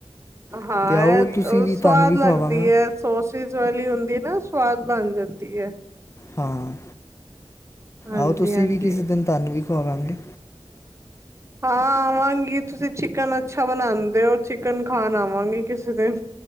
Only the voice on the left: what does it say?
ਅਤੇ ਆਓ
ਤੁਸੀਂ
ਵੀ
ਤੁਹਾਨੂੰ ਵੀ
ਖਵਾਵਾਂਗਾ
ਹਾਂ
ਆਓ ਤੁਸੀਂ
ਵੀ ਕਿਸੇ ਦਿਨ ਤੁਹਾਨੂੰ ਵੀ ਖਵਾਵਾਂਗੇ।